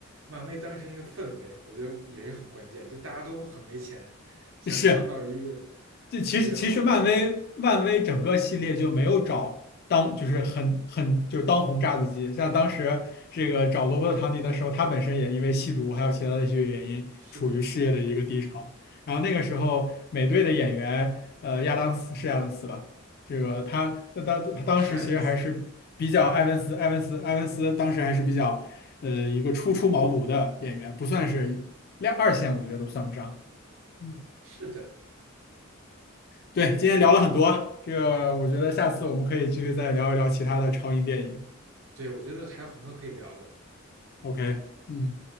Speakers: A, on the right; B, on the left.
A: 漫威当时那个氛围，我觉得也是很关键。就大家都很没钱，想创造一个
B: <laughs> 是，这其实其实漫威漫威整个系列就没有找当就是很很就是当红炸子鸡，
A: 特别好的角色。
B: 像当时这个找罗伯特唐尼的时候，他本身也因为吸毒还有其他的一些原因，
A: 是的，
B: 处于事业的一个低潮。然后那个时候美队的演员呃亚当斯是亚当斯吧，这个他那当他当时其实还是比较埃文斯埃文斯埃文斯当时还是比较呃一个初出茅庐的演员，
A: 是艾文斯，嗯，
B: 不算是二二线，我觉得都算不上。嗯。
A: 是的，
B: 对，今天聊了很多，这个我觉得下次我们可以继续再聊一聊其他的超英电影。
A: 对，我觉得还有很多可以聊的。
B: OK，嗯。